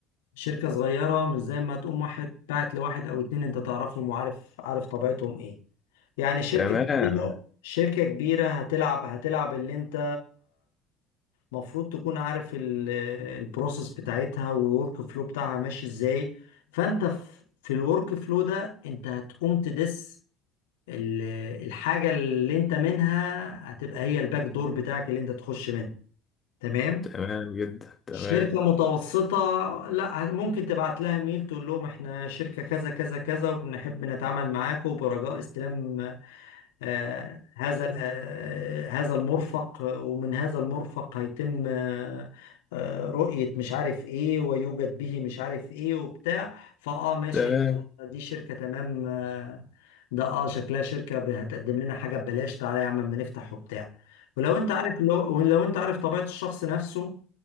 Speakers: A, on the left; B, on the left.
A: شركه صغيره مش زي ما تقوم واحد باعت لواحد او اتنين انت تعرفهم وعارف عارف طبيعتهم ايه يعني شركه
B: تمام
A: كبيره شركه كبيره هتلعب هتلعب اللي انت مفروض تكون عارف البروسيس بتاعتها والورك فلو بتاعها ماشي ازاي فانت في في الورك فلو ده انت هتقوم تدس ال- الحاجة اللي انت منها هتبقى هي الباك دور بتاعك اللي انت تخش منها تمام
B: تمام جدا تمام
A: شركة متوسطة لا ممكن تبعت لها ميل تقول لهم احنا شركة كذا كذا كذا وبنحب نتعامل معاكم برجاء استلام آه، هذا ال- آه، هذا المرفق آه، ومن هذا المرفق هيتم آه، آه، رؤية مش عارف ايه ويوجد به مش عارف ايه وبتاع فاه ماشي
B: تمام
A: لا دي شركة تمام آه، ده اه شكلها شركة ب- هتقدم لنا حاجة ببلاش تعالى يا عم اما نفتح وبتاع ولو انت عارف لو لو انت عارف طبيعة الشخص نفسه